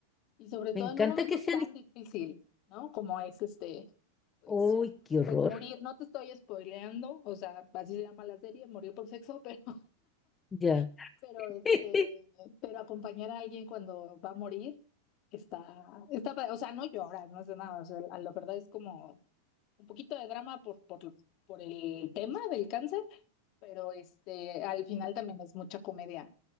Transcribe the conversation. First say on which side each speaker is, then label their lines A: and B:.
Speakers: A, on the left; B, on the left.
A: Y sobre todo
B: Me encanta
A: en un momento
B: que sean...
A: tan
B: his-
A: difícil, ¿no? Como es este, pues,
B: ¡Uy, qué horror!
A: pues morir. No te estoy spoileando, o sea, así se llama la serie, morir por sexo, pero,
B: Ya.
A: <laughs> pero este,
B: <laughs>
A: pero acompañar a alguien cuando va a morir está, está, pa- o sea, no lloras, no hace nada. O sea, la verdad es como un poquito de drama por, por, por el tema del cáncer, pero este, al final también es mucha comedia.